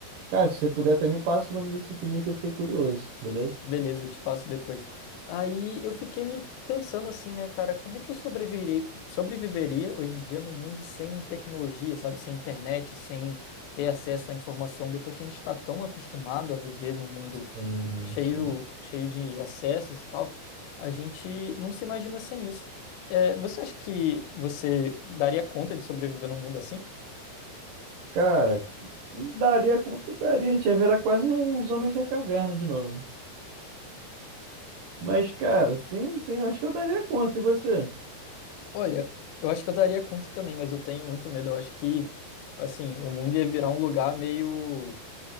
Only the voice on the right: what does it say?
Cara, se você puder até me passa o nome desse filme aí que eu fiquei curioso, beleza?
Sim,
sim.
Cara, daria quanto daria, a gente ia virar quase uns Homens da Caverna de novo, né? Mas, cara, sim, sim, eu acho que eu daria conta. E você?